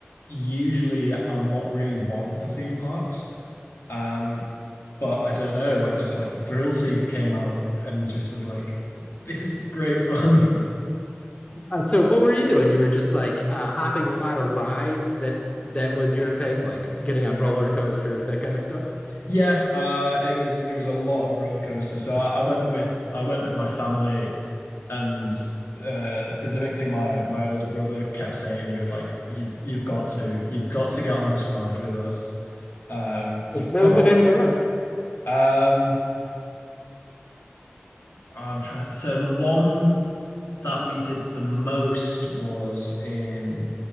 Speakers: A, on the left (about 80°); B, on the left (about 30°).
A: usually I'm not really one for theme parks. Um, but I don't know, like just like the Thrill Seeker came out and just was like, this is great fun. <laughs>
B: Uh, so what were you doing? You were just like uh, hopping a lot of rides. That that was your thing, like getting on roller coasters, that kind of stuff.
A: Yeah, uh, it was it was a lot of roller coasters. So I, I went with I went with my family. and uh specifically my my older brother kept saying he was like you've you've got to you've got to get on this ride with us um you've
B: Uh, What
A: come
B: was the
A: on
B: name of the ride?
A: um I'm trying so the one that we did the most was in